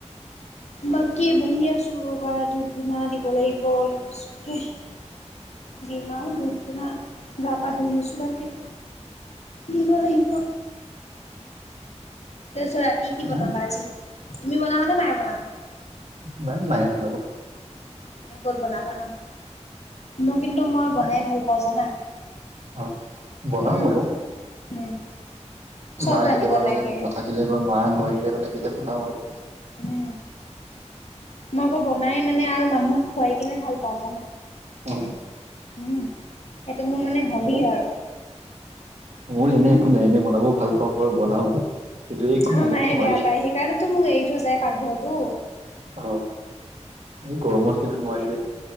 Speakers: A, on the left; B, on the right.
A: বাকী বহি আছো ৰ'বা ধূপ ধূনা দিব লাগিব অলপ <unintelligible> দিম আৰু ধূপ ধূণা। গা পা ধুই লৈছোঁ ভালকে নিব লাগিব। তাৰপিছত ৰাতি কি বনাবা
B: উম
A: আজি, তুমি বনাবানে মায়ে বনাব?
B: নাই, নাই <unintelligible> মনাব
A: তুমি কত বনাবা ন, মোক কিন্তু মই বনাই
B: নাই
A: ভাল পাওঁ জানা।
B: অ <unintelligible> বনাব
A: উম
B: আৰু
A: উম চব
B: মা
A: জানিব
B: কেতিয়াবা মানে
A: লাগে
B: নাথাকিলে বা মা নোৱাৰ <unintelligible> মানে যেতিয়া বনা হল
A: উম। মই আকৌ বনাই মানে আৰু মানুহক খুৱাই কেনে ভাল পাওঁ জানা।
B: হয়।
A: উম মোৰ মানে
B: অ,
A: হবি আৰু
B: মোৰ এনে,
A: উম।
B: একো নাই, এনে বনাব ভাল পাওঁ বৰ বনাও কিন্তু এই গৰমত
A: আমাৰ মায়ে
B: নোৱাৰি
A: বেয়া পায় সেইকাৰণো মোক এৰি থৈ যোয়। পাকঘৰটো।
B: অ এই গৰমত কিন্তু নোৱাৰি দেই